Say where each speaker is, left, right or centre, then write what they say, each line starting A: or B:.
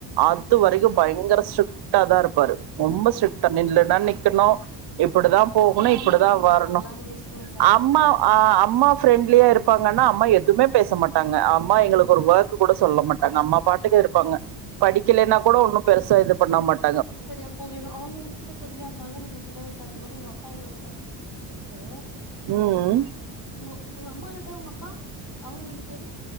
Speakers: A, on the right (about 55°); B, on the left (about 55°).
A: அது வரைக்கு
B: ஆஹா
A: பயங்கர ஸ்ட்ரிட்டா தா இருப்பாரு ரொம்ப
B: ஆ
A: ஸ்ட்ரிட்டா நில்லுன்னா நிக்கனு இப்புடுதா போகணு
B: ஆனா
A: இப்புடுதா
B: அம்மா ஃப்ரெண்ட்லியா
A: வரணு
B: இருப்பாங்களா நீங்க சின்ன வயசா இருக்கும்போது
A: அம்மா் அம்மா ஃப்ரெண்ட்லியா இருப்பாங்கன்னா அம்மா எதுமே பேச மாட்டாங்க அம்மா எங்களுக்கு ஒரு ஒர்க் கூட சொல்ல மாட்டாங்க அம்மா பாட் டுக்கு இருப்பாங்க
B: ம்
A: படிக்கலென்னா கோடொ ஒன்னு பெருசா இது பண்ண மாட்
B: செரி அப்ப இவ்ங் அவுங்க உங் ட்ட ஃப்ரெண்ட்லியா இருந்தாங்க நீங்க சின்ன வயசா இருக்கும்போது உங்க அப்பா உங்ககிட்ட ஸ்ரிக்ட்டு
A: ம் ம்
B: உங்க உங்க அம்மா கிட்ட உங்க அப்பா அவுங்க ரெண்டு பேரு